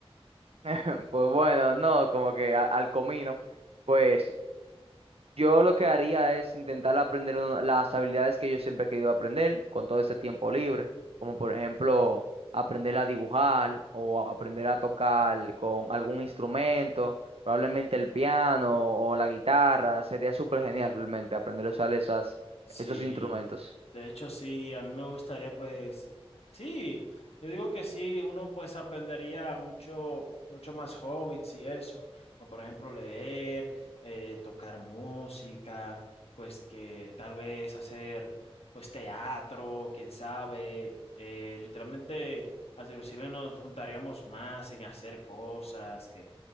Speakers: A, on the right (about 70°); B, on the left (about 75°).
A: <laughs> Pues bueno, no, como que a- al comino, pues yo lo que haría es intentar aprender una- las habilidades que yo siempre he querido aprender con todo ese tiempo libre, como por ejemplo aprender a dibujar o a aprender a tocar con algún instrumento, probablemente el piano o la guitarra, sería súper genial realmente aprender a usar esas,
B: Sí,
A: esos instrumentos.
B: de hecho sí, a mí me gustaría pues, sí, yo digo que sí, uno pues aprendería mucho, mucho más hobbits y eso, como por ejemplo leer, eh, tocar música, pues que tal vez hacer pues teatro, quién sabe, eh, literalmente hasta inclusive nos juntaríamos más en hacer cosas que,